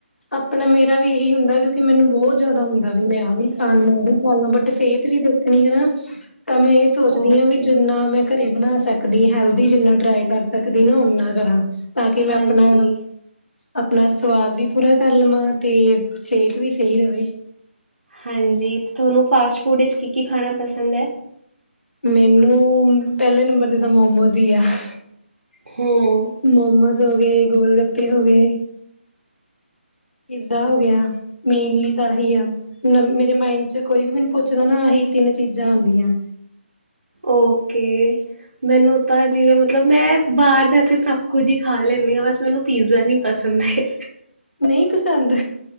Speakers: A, on the left; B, on the right.
A: ਆਪਣਾ ਮੇਰਾ ਵੀ ਇਹੀ ਹੁੰਦਾ ਕਿਉਂਕਿ ਮੈਨੂੰ ਬਹੁਤ ਜ਼ਿਆਦਾ ਹੁੰਦਾ ਵੀ ਮੈਂ ਆਹ ਵੀ ਖਾ ਲਾ-ਆਹ ਵੀ ਖਾ ਲਾ ਬਟ ਸਿਹਤ ਵੀ ਦੇ ਆਪਣੀ ਹਨਾ ਤਾਂ ਮੈਂ ਸੋਚਦੀ
B: ਓਕੇ
A: ਹਾਂ ਵੀ ਜਿੰਨਾ ਮੈਂ ਘਰੇ ਬਣਾ ਸਕਦੀ ਹਲਦੀ ਜਿੰਨਾ ਟਰਾਈ ਕਰ ਸਕਦੀ ਨਾ ਓਨਾ ਕਰਾਂ ਤਾਂ ਕਿ ਮੈਂ
B: ਹਾਂਜੀ।
A: ਆਪਣਾ ਆਪਣਾ ਸਵਾਦ ਵੀ ਪੂਰਾ ਕਰ ਲਵਾਂ ਤੇ ਸਿਹਤ ਵੀ ਸਹੀ ਰਹੇ
B: ਹਾਂਜੀ ਅਤੇ ਤੁਹਾਨੂੰ ਫਾਸਟ ਫੂਡ ਵਿੱਚ ਕੀ ਕੀ ਖਾਣਾ ਪਸੰਦ ਏ
A: ਮੈਨੂੰ ਪਹਿਲੇ ਨੰਬਰ ਤੇ ਤਾਂ ਮੋਮੋਸ ਹੀ ਆ <inaudible>
B: ਹੂੰ
A: ਮੋਮੋਸ ਹੋ ਗਏ ਗੋਲ ਗੱਪੇ ਹੋ ਗਏ ਪੀਜ਼ਾ ਹੋ ਗਿਆ। ਮੇਨਲੀ ਤਾਂ ਇਹੀ ਆ ਮੇਰੇ ਮਾਇੰਡ ਚ ਕੋਈ ਵੀ ਮੈਨੂੰ ਪੁੱਛਦਾ ਨਾ ਅਹੀ ਤਿੰਨ ਚੀਜ਼ਾਂ ਆਉਂਦੀਆਂ
B: ਓਕੇ। ਮੈਨੂੰ ਤਾਂ ਜਿਵੇਂ ਮਤਲਬ ਮੈਂ ਬਾਹਰ ਦਾ ਇੱਥੇ ਸਭ ਕੁੱਝ ਹੀ ਖਾ ਲੈਂਦੀ ਹਾਂ ਬਸ ਮੈਨੂੰ ਪੀਜ਼ਾ ਨਹੀਂ ਪਸੰਦ ਹੈ।
A: ਨਹੀਂ ਪਸੰਦ